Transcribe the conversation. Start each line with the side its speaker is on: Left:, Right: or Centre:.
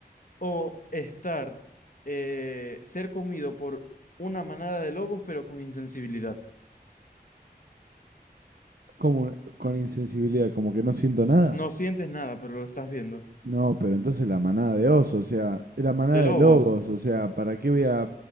Left: o estar... eh, ser comido por una manada de lobos pero con insensibilidad?
Right: Como con insensibilidad, como que no siento nada.
Left: No sientes nada, pero lo estás viendo.
Right: No, pero entonces la manada de osos, o sea, la manada
Left: ¿De lobos?
Right: de lobos, o sea, ¿para qué voy a...?